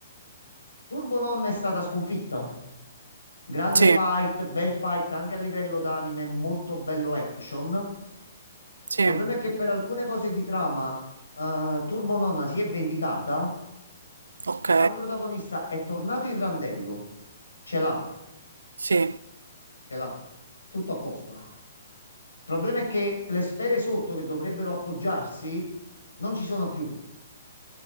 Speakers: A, on the left (about 85°); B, on the right (about 80°).
A: Turbo Nonna è stata sconfitta. Grande
B: Sì.
A: fight, bel fight anche a livello d'anime, molto bello action. Il
B: Sì.
A: problema è che per alcune cose di trama, eh, Turbo Nonna si è vendicata.
B: Ok.
A: Al protagonista è tornato il randello. Ce l'ha,
B: Sì.
A: ce l'ha. Tutto a posto. Il problema è che le sfere sotto che dovrebbero appoggiarsi non ci sono più.